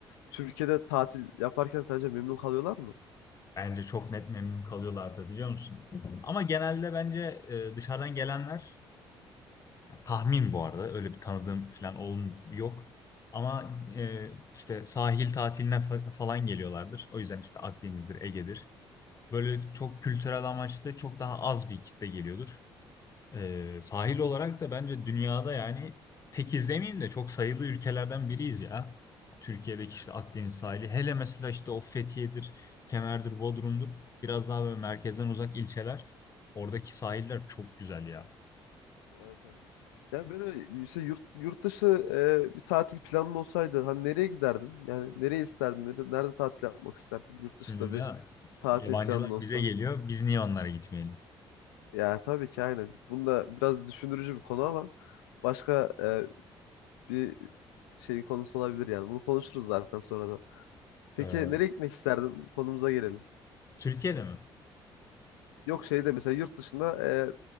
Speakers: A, on the left (about 70°); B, on the left (about 25°).
A: Türkiye'de tatil yaparken sence memnun kalıyorlar mı?
B: Bence çok net memnun kalıyorlardır biliyor musun? Hı hı. Ama genelde bence e, dışarıdan gelenler, ya tahmin bu arada öyle bir tanıdığım falan olm yok. Ama e, işte sahil tatiline fa- falan geliyorlardır. O yüzden işte Akdeniz'dir, Ege'dir. böyle çok kültürel amaçlı çok daha az bir kitle geliyordur. Ee, sahil olarak da bence dünyada yani tek izlemeyeyim de çok sayılı ülkelerden biriyiz ya. Türkiye'deki işte Akdeniz sahili. Hele mesela işte o Fethiye'dir, Kemer'dir, Bodrum'dur. Biraz daha böyle merkezden uzak ilçeler. Oradaki sahiller çok güzel ya.
A: Evet evet. Yani böyle mesela yurt, yurt dışı e, bir tatil planın olsaydı hani nereye giderdin? Yani nereye isterdin? Nerede, nerede tatil yapmak isterdin? Yurt
B: Şimdi
A: dışında
B: de
A: bir tatil
B: yabancılar
A: planın olsa.
B: bize geliyor. Biz niye onlara gitmeyelim?
A: Ya tabii ki aynen. Bunda biraz düşündürücü bir konu ama başka e, bir şeyin konusu olabilir yani. Bunu konuşuruz zaten sonradan. Peki
B: Ee,
A: nereye gitmek isterdin? Konumuza gelelim.
B: Türkiye'de mi?
A: Yok şey de mesela yurt dışında e,